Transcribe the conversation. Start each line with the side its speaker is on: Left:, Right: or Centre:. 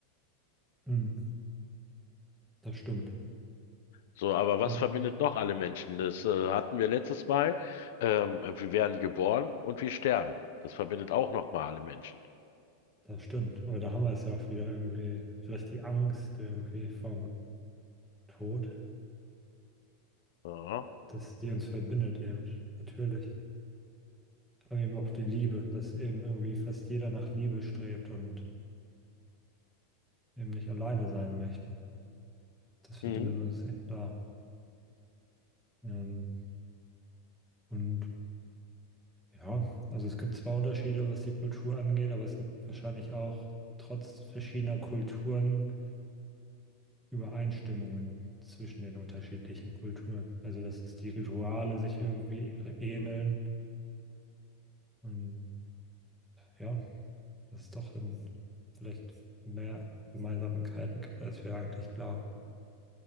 Centre: Mhm. Das stimmt.
Left: So, aber was
Centre: Ja,
Left: verbindet noch alle Menschen? Das äh, hatten wir letztes Mal. Ähm, wir werden geboren und wir sterben. Das verbindet auch nochmal alle Menschen.
Centre: das stimmt. Aber da haben wir es ja auch wieder irgendwie, vielleicht die Angst irgendwie vom Tod,
Left: Aha.
Centre: dass die uns verbindet eben, natürlich. Aber eben auch die Liebe, dass eben irgendwie fast jeder nach Liebe strebt und eben nicht alleine sein möchte. Das verbindet
Left: Mhm.
Centre: uns eben da. Ähm, und ja, also es gibt zwar Unterschiede, was die Kultur angeht, aber es gibt wahrscheinlich auch trotz verschiedener Kulturen Übereinstimmungen zwischen den unterschiedlichen Kulturen. Also, dass es die Rituale sich irgendwie ähneln. Und ja, dass es doch dann vielleicht mehr Gemeinsamkeiten gibt, als wir eigentlich glauben.